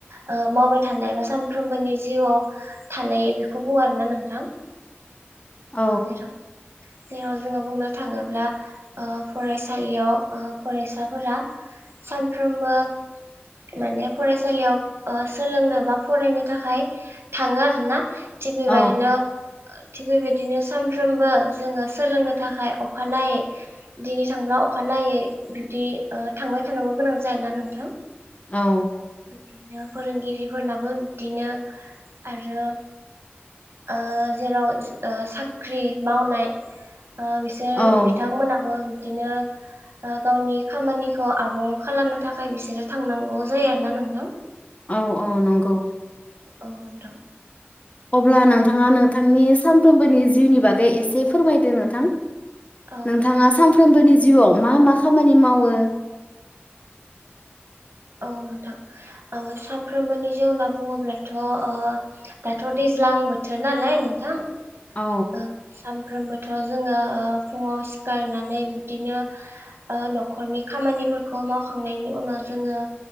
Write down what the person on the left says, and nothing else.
औ
औ
औ
औ
औ औ नंगौ
अब्ला नोंथाङा नोंथांनि सानफ्रोमबोनि जिउनि बागै एसे फोरमायदो नोंथां
नोंथाङा
सानफ्रोमबोनि जिउआव मा मा खामानि मावो?
औ